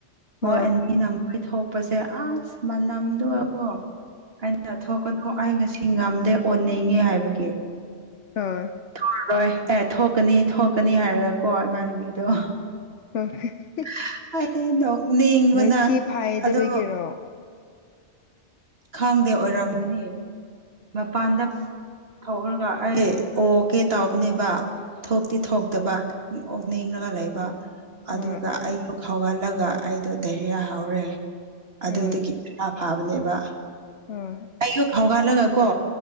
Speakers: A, on the right; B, on the left.
A: ꯃꯣꯏ
B: ꯍꯣꯏ
A: ꯑꯅꯤꯅ ꯃꯣꯏ ꯊꯣꯛꯄꯁꯦ ꯑꯁ ꯃꯅꯝꯗꯨꯕꯣ ꯆꯠꯊꯣꯛ ꯀꯅꯣ ꯑꯩ ꯉꯁꯤ ꯉꯝꯗꯦ ꯑꯣꯟꯅꯤꯡꯉꯦ ꯍꯥꯏꯕꯒꯤ
B: <unintelligible>
A: ꯊꯣꯛꯑꯔꯣꯏ ꯑꯦ ꯊꯣꯛꯀꯅꯤ ꯊꯣꯛꯀꯅꯤ ꯍꯥꯏꯔꯒ ꯀꯣ ꯏꯃꯥꯟꯅꯕꯤꯗꯣ
B: <unintelligible>
A: <unintelligible> ꯑꯩ ꯅꯣꯛꯅꯤꯡꯕꯅ
B: ꯃꯣꯏ ꯊꯤ ꯐꯥꯏꯗꯕꯒꯤꯔꯣ
A: ꯑꯗꯣ ꯈꯪꯗꯦ ꯑꯣꯏꯔꯝꯒꯅꯤ ꯃꯄꯥꯟꯗ
B: ꯑꯁ
A: ꯊꯣꯛꯂꯒ ꯑꯩ ꯑꯣꯒꯦ ꯇꯥꯎꯕꯅꯦꯕ ꯊꯣꯛꯇꯤ ꯊꯣꯛꯇꯕ ꯑꯗꯨꯝ ꯑꯣꯛꯅꯤꯡꯉꯒ ꯂꯩꯕ ꯑꯗꯨꯒ
B: ꯍꯣꯏ ꯍꯣꯏ
A: ꯑꯩ ꯑꯌꯨꯛ ꯍꯧꯒꯠꯂꯒ ꯑꯩꯗꯣ ꯗꯥꯏꯔꯤꯌꯥ ꯍꯧꯔꯦ ꯑꯗꯨꯗꯒꯤ
B: ꯍꯣꯏ
A: ꯏꯁꯥ ꯐꯥꯕꯅꯦꯕ
B: ꯍꯣꯏ
A: ꯑꯌꯨꯛ ꯍꯧꯒꯠꯂꯒꯀꯣ